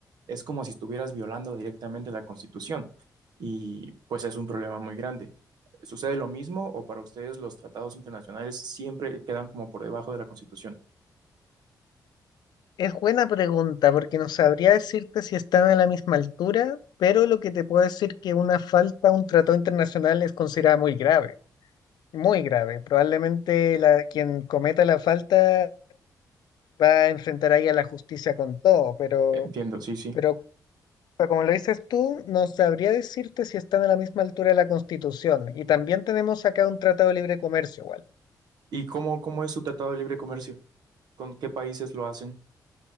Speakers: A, on the right; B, on the left.
A: es como si estuvieras violando directamente la Constitución y pues es un problema muy grande. ¿Sucede lo mismo o para ustedes los tratados internacionales siempre quedan como por debajo de la Constitución?
B: Es buena pregunta porque no sabría decirte si están a la misma altura, pero lo que te puedo decir que una falta a un tratado internacional es considerada muy grave, muy grave. Probablemente la, quien cometa la falta va a enfrentar ahí a la justicia con todo, pero,
A: Entiendo, sí, sí.
B: pero pero como lo dices tú, no sabría decirte si están a la misma altura de la Constitución. Y también tenemos acá un tratado de libre comercio, igual.
A: ¿Y cómo, cómo es su tratado de libre comercio? ¿Con qué países lo hacen?